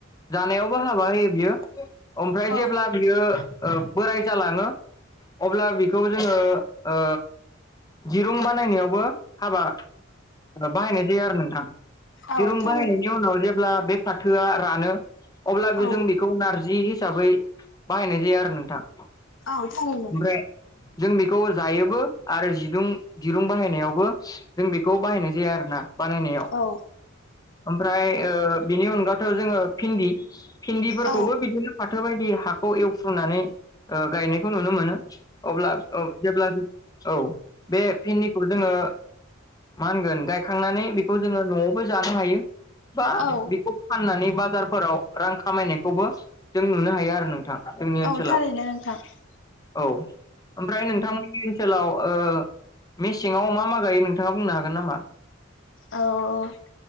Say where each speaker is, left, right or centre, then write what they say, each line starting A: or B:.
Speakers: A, on the left; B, on the left.
A: जानायावबो हाबा होयो बियो। ओमफ्राय
B: औ
A: जेब्ला बियो ओ बोराय जालाङो अब्ला बेखौ जोङो ओ दिरुं बानायनायावबो हाबा बाहायनाय जायो आरो नोंथां
B: औ
A: दिरुं
B: थारैनो
A: बाहायनायनि उनाव जेब्ला बे फाथोआ रानो अब्लाबो
B: औ
A: जों बेखौ नारजि हि साबै बाहायनाय जायो आरो नोंथां ओमफ्राय
B: औ थारैनो
A: जों बेखौ जायोबो आरो जि दिरुं दिरुं बाहायनायावबो जों बेखौ बाहायनाय जाया आरोना। बानायनायाव
B: औ
A: ओमफ्राय ओ बिनि अनगाथ' जोङो फिन्दि फिन्दिफोरखौबो
B: औ
A: बिदिनो फाथो बायदि हाखौ एवफ्रुनानै ओ गायनायखौ नुनो मोनो। अब्ला औ जेब्ला जों औ बे फिन्दिखौ जोङो मा होनगोन गायखांनानै बेखौ जोङो न'आवबो जा नो हायो। बा
B: औ
A: बेखौ फाननानै बाजारफोराव रां खामायनायखौबो जों नुनो हायो आरो नोंथां। जोंनि ओनसोलाव
B: औ थारैनो नोंथां ।
A: औ । ओमफ्राय नोंथांमोननि ओनसोलाव ओ मेसेङाव मा मा गायो नोंथाङा बुंनो हागोन नामा?
B: औ